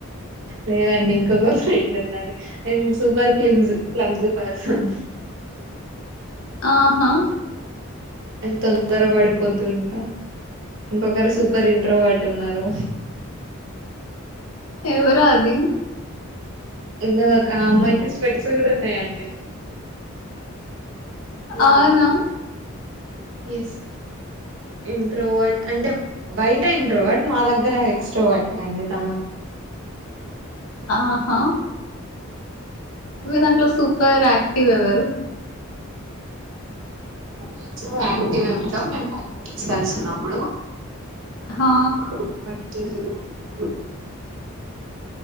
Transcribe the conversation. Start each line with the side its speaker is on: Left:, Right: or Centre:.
Right: లేదండి ఇంకొక ఫ్రెండ్ ఉన్నది నేను సూపర్ క్లిమ్జ క్లమ్జి పర్స్ ప
Left: ఆహా
Right: అని తొందర పడిపోతుంట ఇంకొకరు సూపర్ ఇంట్రోవర్ట్ ఉన్నారు.
Left: ఎవరో అది
Right: ఉన్నది ఒక ఆ అమ్మాయికి స్పెట్స్ కూడా ఉన్నాయండి
Left: అవునా
Right: ఎస్ ఇంట్రోవట్ అంటే బయట ఇంట్రోవాట్ మా దగ్గర ఎక్స్ట్రోవటే అండి తను
Left: ఆహా మీ దాంట్లో సూపర్ యాక్టివ్ ఎవరు
Right: మాక్సిమం యాక్టివే ఉంటాం మేము ఫైవ్ మెంబర్స్ కలిసి ఉన్నప్పుడు
Left: హా
Right: <unintelligible> యాక్టివ్ అంటే